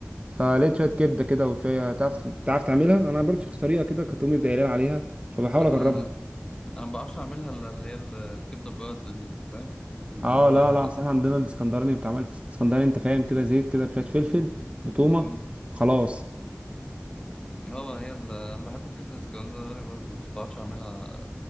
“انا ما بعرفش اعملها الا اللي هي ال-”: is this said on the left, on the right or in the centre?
Left